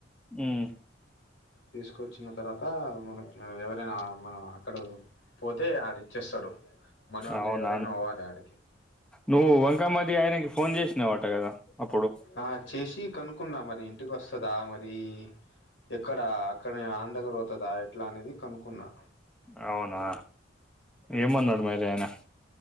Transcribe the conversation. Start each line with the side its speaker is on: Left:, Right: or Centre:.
Centre: హ్మ్.
Left: తీసుకొచ్చిన తర్వాత మన ఆ ఎవరైనా మనం అక్కడో పోతే ఆడ్ ఇచ్చేస్తడు మనోళ్ళు
Centre: అవునా!
Left: ఎవరైనా పోవాలె ఆడికి
Centre: నువ్వు వంకమ్మది ఆయనకి ఫోన్ చేసినావట కదా! అప్పుడు.
Left: ఆ చేసి కనుకున్నా మరి ఇంటికి వస్తుందా మరి ఎక్కడ అక్కడే వాని దగ్గర పోతదా ఎట్లా అనేది కనుకున్నా
Centre: అవునా ఏమన్నడు మరి ఆయన